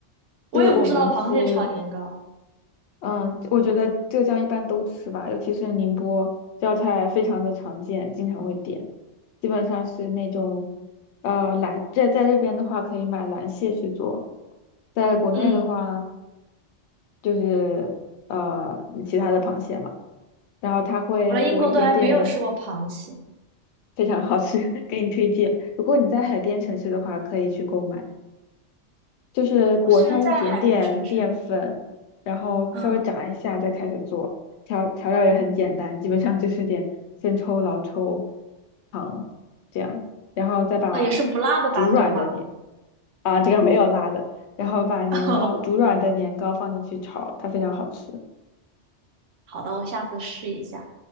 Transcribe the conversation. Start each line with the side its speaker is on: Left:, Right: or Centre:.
Right: 我也不知道螃蟹炒年糕。
Left: 就是我们是，嗯，我觉得浙江一般都吃吧，尤其是宁波，这道菜非常的常见，经常会点。基本上是那种，呃，蓝，这在这边的话可以买蓝蟹去做，在国内的话。
Right: 嗯，
Left: 就是呃其他的螃蟹嘛，然后它会裹一点点，
Right: 我来英国都还没有吃过螃蟹。
Left: 非常好吃，<laughs> 给你推荐。如果你在海边城市的话，可以去购买，就是裹上一点点淀粉，
Right: 我虽然在海边城市，
Left: 然后稍微炸一下再开始做，
Right: 嗯，
Left: 调调料也很简单，基本上就是点生抽、老抽、糖这样，然后再把
Right: 哦，也是不辣的版本吗？
Left: 煮软的年啊这个没有辣的，然后把年糕煮软的年糕放进去炒，
Right: <laughs>
Left: 它非常好吃。
Right: 好的，我下次试一下。